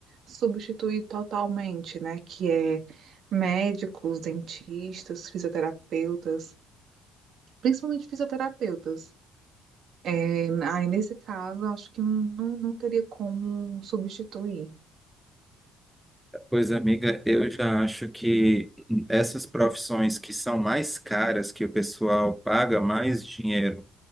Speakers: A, on the right (about 60°); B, in the centre.
A: substituir totalmente, né? Que é médicos, dentistas, fisioterapeutas, principalmente fisioterapeutas. É, aí, nesse caso, acho que não, não teria como substituir.
B: Pois, amiga, eu já acho que essas profissões que são mais caras, que o pessoal paga mais dinheiro